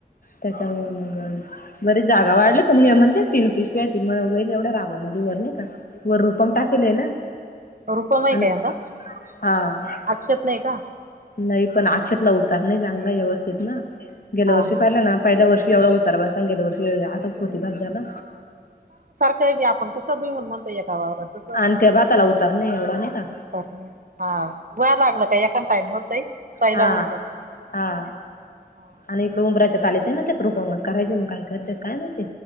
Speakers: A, on the left; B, on the right.
A: त्यांच्यामुळे मग. बरे जागा वाढले हे म्हणते तीन पिशव्या यतीन वईल एवढ्या राबामध्ये वरले का. वरुण पण टाकेलय ना.
B: रुपम हे
A: आणि
B: काय यंदा
A: हा.
B: अक्षत नाही का?
A: नाही पण अक्षेतला उतार नाही चांगला व्यवस्थेत ना गेल्या
B: हा
A: वर्षी
B: हा
A: पाहिलं ना. पहिल्या वर्षी एवढा उतार बसला गेल्या वर्षी आठ पोती भात झाला.
B: काही बी आपण कसं बिऊन म्हणतोय एका वावरात
A: आणि त्या भाताला उतार नाही एवढा नाही का
B: <unintelligible> हा व्हाला लागलं का एखान टाईम होतय. पहिला
A: हा
B: उरपत
A: हा.
B: हा
A: आणि इकडे उंराच्या चालेत आहे ना त्यात रूपमस करायचे मग काय करते काय माहिती.